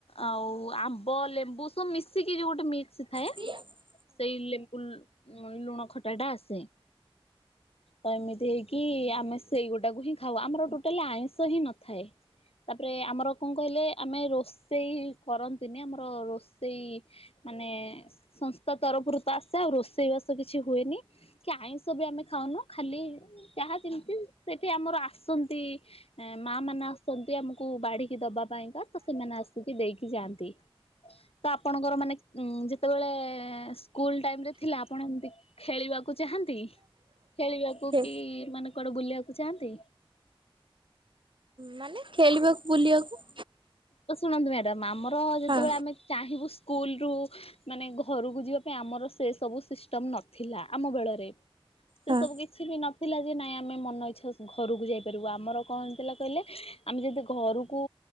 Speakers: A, on the left; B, on the right.
A: ଆଉ ଆମ୍ବ ଲେମ୍ବୁ ସବୁ ମିଶିକି ଯୋଉ ଗୋଟେ ମିକ୍ସ ଥାଏ।
B: <inaudible>
A: ସେଇ ଲେମ୍ବୁ ଲୁଣ ଖଟା ଟା ଆସେ। ତ ଏମିତି ହେଇକି ଆମେ ସେଇଗୁଟାକୁ ହିଁ ଖାଉ ଆମର ଆଉ ଟୋଟାଲି ଆଇଁଷ ହିଁ ନଥାଏ। ତାପରେ ଆମର କଣ କହିଲେ ଆମେ ରୋଷେଇ କରନ୍ତିନି ଆମର ରୋଷେଇ ମାନେ ସ ତ ତରଫରୁ ତ ଆସେ ଆଉ ରୋଷେଇବାସ କିଛି ହୁଏନି କି ଆଇଁଷ ବି ଆମେ ଖାଉନୁ ଖାଲି ଯାହା ଯେମିତି ସେଠି ଆମର ଆ ଆସନ୍ତି ମା ମାନେ ଆସନ୍ତି ଆମକୁ ବାଢିକି ଦବା ପାଇଁକା ତ ସେମାନେ ଆସ ଦେଇକି ଯାଆନ୍ତି ତ ଆପଣଙ୍କର ମାନେ ଉ ଯେତେବେଳେ ସ୍କୁଲ ଟାଇମରେ ଥିଲା ଆପଣ ଏମତି ଖେଳିବାକୁ ଚାହାନ୍ତି ଖେଳିବାକୁ କୋ
B: ଖେ
A: କି ମାନେ କୁଆଡେ ବୁଲିବାକୁ ଚାହାନ୍ତି।
B: ମାନେ ଖେଳିବାକୁ ବୁଲିବାକୁ।
A: ତ ଶୁଣନ୍ତୁ ମ୍ୟାଡାମ୍ ଆମର ଯେତେବେଳେ
B: ହଁ
A: ଆମେ ଚାହିଁବୁ ସ୍କୁଲ ରୁ ମାନେ ଘରକୁ ଯିବା ପାଇଁ ଆମର ସେ ସବୁ ସିଷ୍ଟମ ନଥିଲା ଆମ ବେଳରେ। ସେ
B: ହଁ
A: ସବୁ କି କିଛି ବି ନଥିଲା ଯେ ନାଇଁ ଆମେ ମନ ଇଚ୍ଛା ଘରକୁ ଯାଇପାରିବୁ ଆମର କଣ ହେଇଥିଲା କହିଲେ। ଆମେ ଯଦି ଘରକୁ